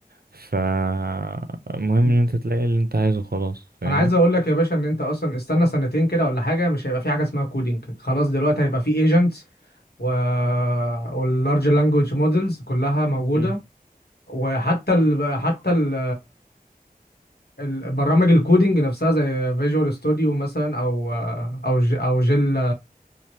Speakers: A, on the right (about 75°); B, on the left (about 85°).
A: فالمهم
B: إمم.
A: ان انت تلاقي اللي انت عايزه خلاص فاهمني
B: انا عايز اقول لك يا باشا ان انت اصلا استنى سنتين كده ولا حاجه مش هيبقى في حاجه اسمها كودينج خلاص دلوقتي هيبقى في ايجنتس و... واللارج لانجوج مودلز كلها موجوده
A: مم.
B: وحتى ال... حتى ال... البرامج الكودينج نفسها زي فيجوال ستوديو مثلا او او ج... او جيل